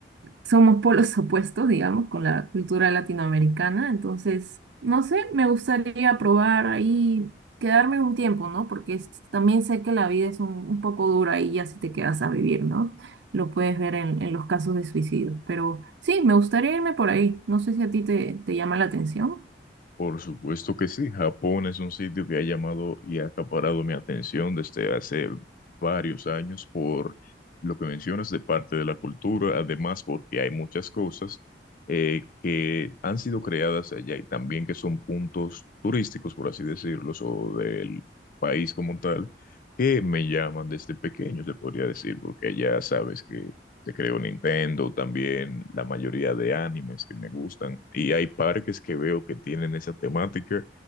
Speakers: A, on the right; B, on the left.
A: somos polos opuestos, digamos, con la cultura latinoamericana. Entonces, no sé, me gustaría probar ahí, quedarme un tiempo, ¿no? Porque es- también sé que la vida es un, un poco dura y ya si te quedas a vivir, ¿no? Lo puedes ver en, en los casos de suicidios. Pero sí, me gustaría irme por ahí. No sé si a ti te, te llama la atención.
B: Por supuesto que sí, Japón es un sitio que ha llamado y ha acaparado mi atención desde hace varios años por lo que mencionas de parte de la cultura, además porque hay muchas cosas eh, que han sido creadas allá y también que son puntos turísticos, por así decirlos, o del país como tal, que me llaman desde pequeño, se podría decir, porque ya sabes que se creó Nintendo, también la mayoría de animes que me gustan. Y hay parques que veo que tienen esa temática